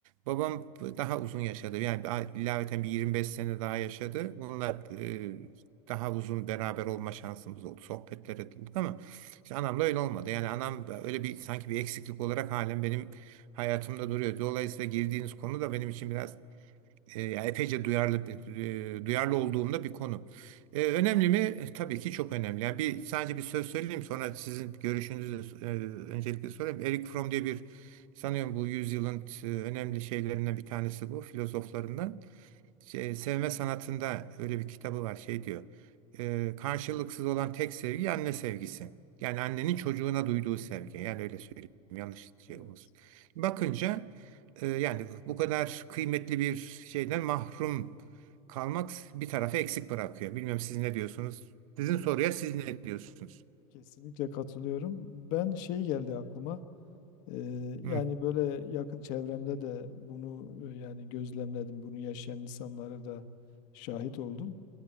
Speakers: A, on the right (about 65°); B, on the left (about 45°).
A: babam daha uzun yaşadı. Yani bir- ilaveten bir 25 sene daha yaşadı. Onunla e, daha uzun beraber olma şansımız oldu. Sohbetlere ettik ama işte anamla öyle olmadı. Yani anam öyle bir sanki bir eksiklik olarak halen benim hayatımda duruyor. Dolayısıyla girdiğiniz konu da benim için biraz e, yani epeyce duyarlı e, duyarlı olduğumda bir konu. E, önemli mi? E, Tabii ki çok önemli. Yani bir sadece bir söz söyleyeyim sonra sizin görüşünüzü e, öncelikle sorayım. Eric Fromm diye bir sanıyorum bu yüzyılın e, önemli şeylerinden bir tanesi bu filozoflarından. Şey, sevme sanatında öyle bir kitabı var şey diyor. e, karşılıksız olan tek sevgi anne sevgisi. Yani annenin çocuğuna duyduğu sevgi. Yani öyle söyleyeyim. Yanlış şey
B: Evet,
A: olmasın. Bakınca e, yani bu kadar kıymetli bir şeyden mahrum kalmak bir tarafı eksik bırakıyor. Bilmem siz ne diyorsunuz? Sizin soruya
B: evet,
A: siz ne diyorsunuz?
B: kesinlikle katılıyorum. Ben şey geldi aklıma. eee, yani
A: Hı,
B: böyle yakın çevremde de bunu e, yani gözlemledim. Bunu yaşayan insanlara da şahit oldum.